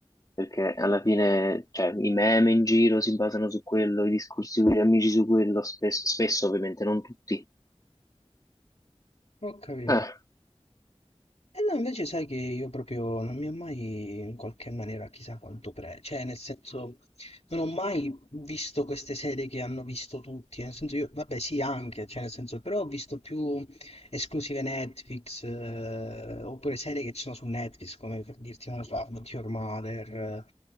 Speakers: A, on the left; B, on the left.
A: Perché alla fine, cioè, i meme in giro si basano su quello, i discorsi con gli amici su quello, spesso, spesso ovviamente, non tutti.
B: ho capito.
A: Eh,
B: E no, invece sai che io proprio non mi ha mai in qualche maniera chissà quanto pre... Cioè, nel senso, non ho mai visto queste serie che hanno visto tutti. Nel senso, io, vabbè, sì, anche, cioè, nel senso, però ho visto più esclusive Netflix, eh, oppure serie che ci sono su Netflix, come per dirti, non lo so, How I Met Your Mother,